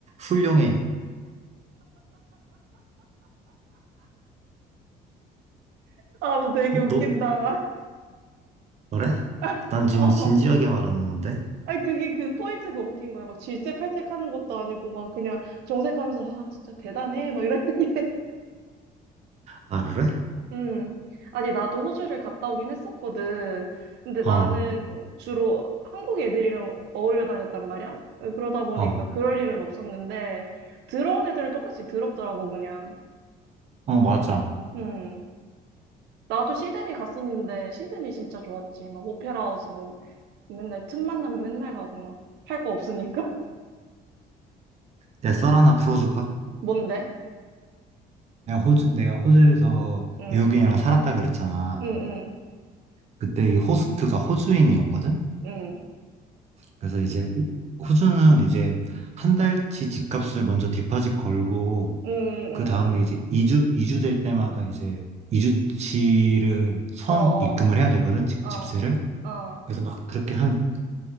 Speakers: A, on the right (about 40°); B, on the right (about 80°).
A: 훌륭해.
B: 아, 너 되게 웃긴다.
A: 너 그래?
B: <laughs>
A: 난 지금
B: 어.
A: 진지하게 말하는 건데.
B: 아니 그게 그 포인트가 웃긴 거야. 막 질색팔색 하는 것도 아니고 막 그냥 정색하면서 아 진짜 대단해 막 이러는 <laughs> 게.
A: 아 그래?
B: 음. 아니 나도 호주를 갔다 오긴 했었거든. 근데
A: 어
B: 나는 주로 한국 애들이랑 어울려 다녔단 말이야. 어, 그러다 보니까
A: 어.
B: 그럴 일은 없었는데 들어온 애들은 똑같이 더럽더라고 그냥.
A: 어, 맞아.
B: 음. 나도 시드니 갔었는데 시드니 진짜 좋았지. 막 오페라 하우스 막 맨날 틈만 나면 맨날 가고 막 할 거 없으니까. <laughs>
A: 내가 썰 하나 풀어줄까?
B: 뭔데?
A: 내가 호주, 내가 호주에서
B: 응.
A: 외국인이랑 살았다 그랬잖아.
B: 응, 응,
A: 그때 이 호스트가 호주인이었거든?
B: 응.
A: 그래서 이제 호- 호주는 이제 한 달치 집값을 먼저 디파짓 걸고,
B: 음, 음,
A: 그 다음에
B: 음.
A: 이제 이주이주될 때마다 이제 이주치를선
B: 어, 어,
A: 입금을 해야 되거든? 집,
B: 어,
A: 집세를.
B: 어,
A: 그래서 막 그렇게 한,